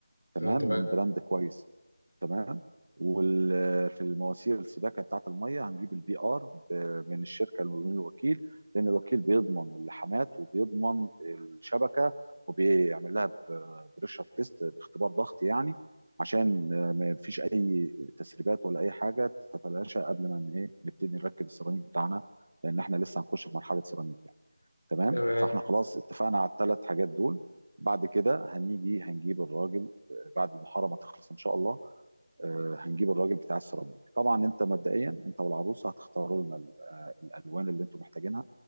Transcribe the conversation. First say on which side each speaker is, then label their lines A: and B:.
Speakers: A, on the right; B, on the left.
A: تمام
B: آه تمام
A: من براند كويس تمام وفي المواسير السباكه بتاعه الميه هنجيب البي ار من الشركه من الوكيل لان الوكيل بيضمن اللحامات وبيضمن الشبكه وبيعمل لها بريشر تيست اختبار ضغط يعني عشان ما فيش اي تسريبات ولا اي حاجه تتلاشى قبل ما ايه نبتدي نركب السيراميك بتاعنا لان احنا لسه هنخش في مرحله سيراميك يعني تمام
B: تمام
A: فاحنا خلاص اتفقنا على الثلاث حاجات دول بعد كده هنيجي هنجيب الراجل بعد المحاره ما تخلص ان شاء الله آه، هنجيب الراجل بتاع السيراميك طبعا انت مبدئيا انت والعروسه هتختاروا لنا ال- آه، الالوان اللي انتم محتاجينها